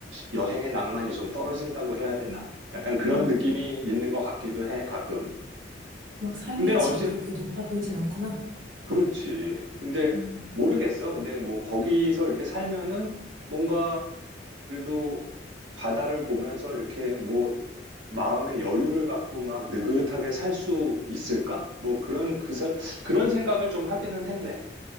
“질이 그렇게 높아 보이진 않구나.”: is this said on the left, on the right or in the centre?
Right